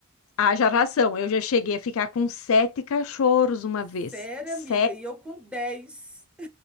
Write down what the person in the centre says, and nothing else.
Sério,
amiga, e eu com dez